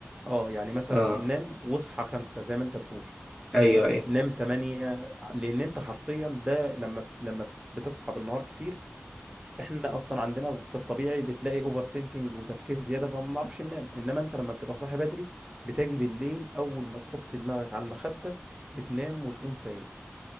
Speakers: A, on the right; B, in the centre.
A: اه يعني مثلا
B: أه
A: نام واصحى خمسة زي ما انت بتقول
B: أيوه أيوه
A: نام تمانية لان انت حرفيا ده لما لما بتصحى بالنهار كتير احنا اصلا عندنا في الطبيعي بتلاقي اوفر سينكينج وتفكير زياده فما بنعرفش ننام انما انت لما بتبقى صاحي بدري بتاجي بالليل اول ما تحط دماغك على المخده بتنام وتقوم فايق